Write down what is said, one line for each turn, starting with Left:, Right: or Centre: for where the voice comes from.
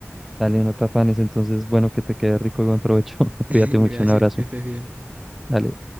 Centre: Dale, no te afanes, entonces, bueno, que te quede rico y buen provecho. <laughs>
Right: <laughs>
Centre: Cuídate
Right: Gracias,
Centre: mucho, un abrazo.
Right: que estés bien.
Centre: Dale.